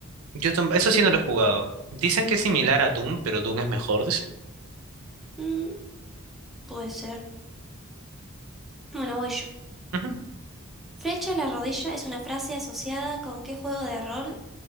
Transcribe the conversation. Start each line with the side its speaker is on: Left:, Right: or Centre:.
Right: Yo tam- eso sí no lo he jugado. Dicen que es similar a Doom, pero Doom es mejor, dice.
Centre: Mm, puede ser. Bueno, voy yo.
Right: Ujú.
Centre: Flecha a la rodilla es una frase asociada con qué juego de rol